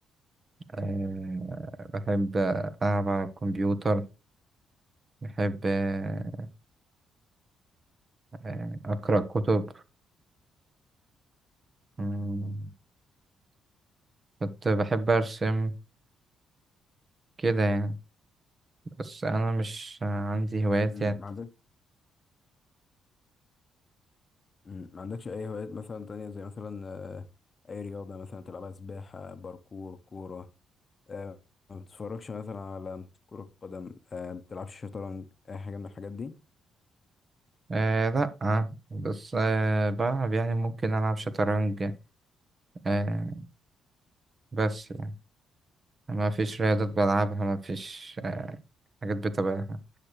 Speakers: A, on the right; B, on the left.
A: آه بحب العب على الكمبيوتر بحب آه آه، اقرأ كتب مم، كنت بحب ارسم كده يعني بس انا مش عندي هوايات
B: مم،
A: يعني
B: ما عندك مم، ما عندكش أي هوايات مثلا تانية زي مثلا آه، أي رياضة مثلا تلعبها سباحة باركور كورة آه، ما بتتفرجش مثلا على كرة قدم آه، ما بتلعبش شطرنج أي حاجة من الحاجات دي؟
A: آه لأ بس آه بلعب يعني ممكن ألعب شطرنج آه بس يعني ما فيش رياضات بلعبها ما فيش آه حاجات بتابعها